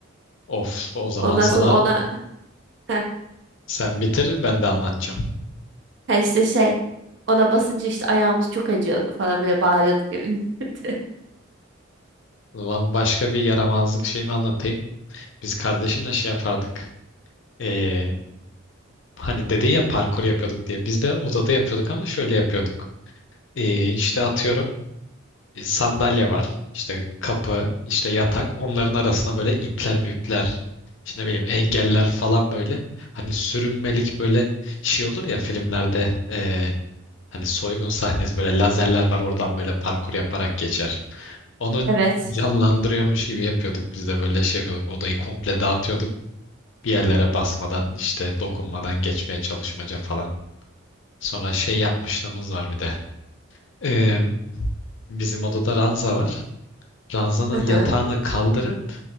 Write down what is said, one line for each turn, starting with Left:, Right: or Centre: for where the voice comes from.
Left: Of o zaman
Right: Ondan
Left: sana
Right: sonra ona <laughs> heh,
Left: sen bitir ben de anlatacağım.
Right: ha işte şey ona basınca işte ayağımız çok acıyordu falan böyle bağırıyorduk evin içinde.
Left: O zaman başka bir yaramazlık şeyimi anlatayım. Biz kardeşimle şey yapardık. Ee, hani dedin ya parkur yapıyorduk diye. Biz de odada yapıyorduk ama şöyle yapıyorduk. Ee, işte atıyorum e, sandalye var. işte kapı, işte yatak. Onların arasına böyle ipler müpler, işte ne bileyim engeller falan böyle. Hani sürünmelik böyle şey olur ya filmlerde. E, Hani soygun <laughs> sahnesi böyle lazerler var oradan böyle parkur yaparak geçer. Onu
Right: <laughs> Evet.
Left: canlandırıyormuş gibi yapıyorduk biz de böyle şey yapıyorduk. Odayı komple dağıtıyorduk. Bir yerlere basmadan işte dokunmadan geçmeye çalışmaca falan. Sonra şey yapmışlığımız var bir de. Ee, bizim odada ranza var. Ranzanın
Right: Hı
Left: yatağını
Right: hı.
Left: kaldırıp